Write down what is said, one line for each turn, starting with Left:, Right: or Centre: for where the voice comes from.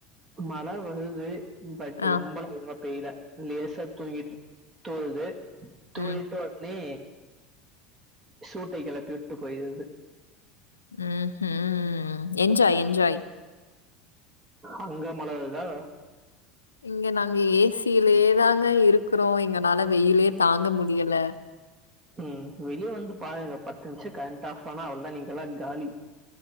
Right: மழ வருது பட்
Left: ஆ
Right: ரொம்ப எலா ஒழுங்கா பெய்ல லேசா தூங்கிட் தூருது தூரிட்டு
Left: ம்
Right: ஒட்னே சூட்ட கெளப்பி விட்டு போயிருது
Left: ம் ம் என்ஜாய் என்ஜாய்
Right: அங்க மழ வருதா
Left: இங்க நாங்க ஏ சி யிலயே தாங்க இருக்குறோ எங்கனால வெயிலே தாங்க முடியல
Right: ம் வெளிய வந்து பாருங்க பத்து நிமிஷோ கரண்ட் ஆஃப் ஆனா அவ்ளோதா நீங்கெல்லா காலி